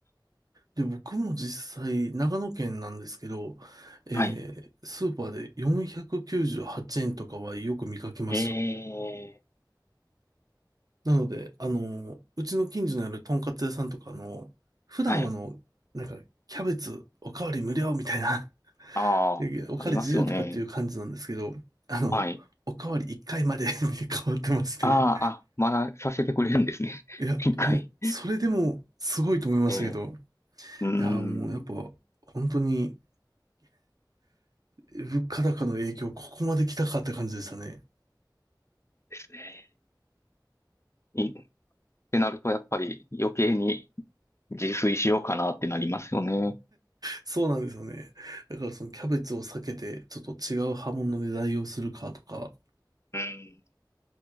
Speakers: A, on the right; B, on the left.
A: で、僕も実際、長野県なんですけど、えースーパーで498円とかはよく見かけました。
B: はい。ええ、
A: なので、あの、うちの近所にあるとんかつ屋さんとか、あの、普段はあの、
B: はい。
A: なんか、キャベツおかわり無料みたいな、
B: ああ、
A: <laughs> おかわり自由とかっていう感じなんですけど、
B: ありますよね。
A: あの、
B: はい。
A: おかわり1回まで <laughs> に変わってまして、
B: ああ、あ、まださせてくれるんですね。
A: いや、
B: <laughs> 一回。
A: もう、それでもすごいと思いましたけど、
B: ええ、うーん、
A: いや、もうやっぱ、本当に、物価高の影響、ここまで来たかって感じでしたね。
B: ですね。い、ってなると、やっぱり余計に自炊しようかなってなりますよね。
A: そうなんですよね。だからそのキャベツを避けて、ちょっと違う刃物で代用するかとか、
B: うん。